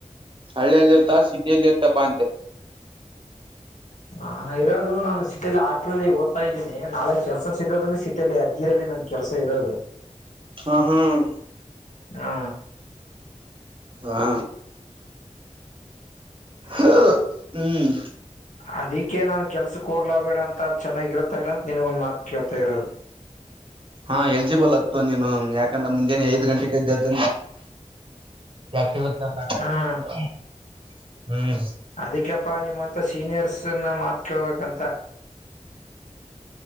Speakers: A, on the right; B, on the left.
A: ಹಳ್ಳಿಯಲ್ಲಿ ಇರ್ತ ಸಿಟಿಯಲ್ಲಿ ಇರ್ತಪ ಅಂತೆ
B: ಹಾಂ <unintelligible> ನಾ ಇರೋದು ನಾನು ಸಿಟಿಯಲ್ಲಿ ಆಟಲ್ಲ್ಲಿ ಓದ್ತಾ ಇದ್ದೀನಿ ನಾಳೆ ಕೆಲ್ಸ ಸಿಗೋದ ಸಿಟಿಯಲ್ಲಿ ಅದ್ಗಿರಲ್ಲಿ ನಮ್ ಕೆಲಸ ಇರೋದು
A: ಹ ಹ್ಮ್
B: ಹ್ಮ
A: ಹಾ <inaudible> ಹ್ಮ್
B: ಅದಿಕ್ಕೆೇ ನಾನ್ ಕೆಲ್ಸಕ್ ಹೋಗ್ಲ ಬೇಡ ಅಂತ ಅ್ ಚೆನ್ನಾಗಿರುತ್ತಾ ಇಲ್ಲ ನಿನಗೊಂದ್ ಮಾತ್ ಕೇಳ್ತಾ ಇರೋದು
A: ಹ ಎಲ್ಜಿಬಲ್ ಹತ್ತು ನೀನು ಯಾಕೆ ಮುಂಜಾನೆ ಐ ಗಂಟೆ ಜತ ಯ <unintelligible>
B: ಹಾ ಹಾ
A: ಹ್ಮ್
B: ಅದಕ್ಕೆಪ್ಪಾ ನಿಮ್ಮಂತ ಸೀನಿಯರ್ಸ್ನ್ನ ಮಾತ್ಕೇಳ್ಬೇಕಂತ